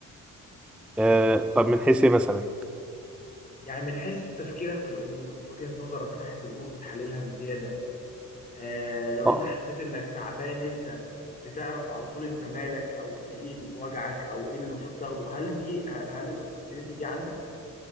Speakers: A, in the centre; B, on the left.
A: آه طب من حيث إيه مثلا؟
B: يعني من حيث تفكيرك في الأمور وجهة نظرك ناحية الأمور بتحللها بزيادة آه لو
A: آه
B: أنت حسيت إنك تعبان أنت بتعرف على طول أنت مالك أو في إيه وجعك أو إيه اللي المفروض تاخده هل دي ه- هل الأوبورتيونيتي دي عندك؟